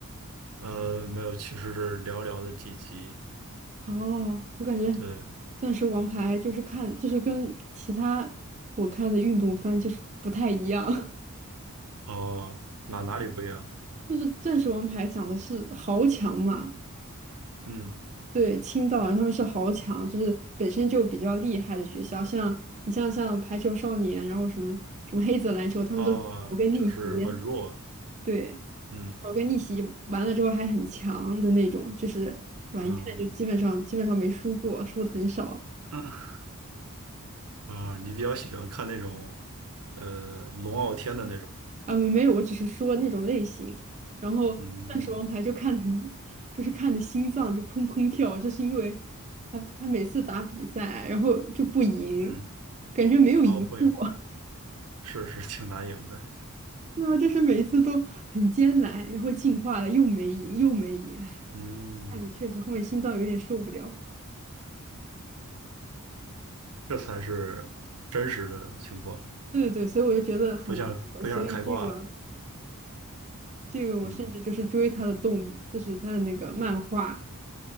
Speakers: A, on the right; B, on the right.
A: 呃，没有，其实是寥寥的几集。
B: 哦，我感觉
A: 对，
B: 钻石王牌就是看，就是跟其他我看的运动番就是不太一样，
A: 哦，哪哪里不一样？
B: <laughs> 就是钻石王牌讲的是豪强嘛，
A: 嗯，
B: 对，青岛人他们是豪强，就是本身就比较厉害的学校，像你像像排球少年，然后什么什么黑子篮球，他们都是个逆袭，
A: 啊，就是很弱。
B: 对，
A: 嗯
B: 搞个逆袭完了之后还很强的那种，就是对吧？
A: 嗯，
B: 一看就基本上基本上没输过，输的很少。
A: <laughs> 啊，你比较喜欢看那种，呃，龙傲天的那种，
B: 啊，没没有，我只是说那种类型。然后《钻石王牌》就看得很，
A: 嗯
B: 就是看的心脏就砰砰跳，就是因为他他每次打比赛，然后就不赢，
A: 嗯，
B: 感觉没有赢过。
A: 哦，不行，
B: <laughs>
A: 是是挺难赢的，
B: 对啊，就是每次都很艰难，然后进化了又没赢，又没赢，哎，
A: 嗯，
B: 看的确实后面心脏有点受不了。
A: 这才是真实的情况，
B: 对对对，所以我就觉得很难得，
A: 不像不像是开挂，
B: 所以这个这个我甚至就是追他的动，
A: 嗯
B: 就是他的那个漫画，